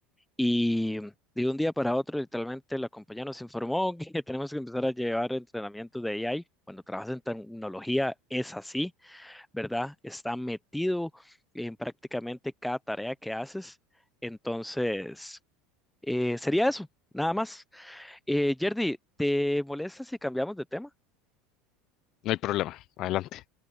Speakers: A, in the centre; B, on the left.
A: Y de un día para otro, literalmente, la compañía nos informó <laughs> que tenemos que empezar a llevar entrenamiento de AI. Cuando trabajas en tecnología es así, ¿verdad? Está metido en prácticamente cada tarea que haces. Entonces, eh, sería eso, nada más. Eh, Yerdy, ¿te molesta si cambiamos de tema?
B: No hay problema. Adelante.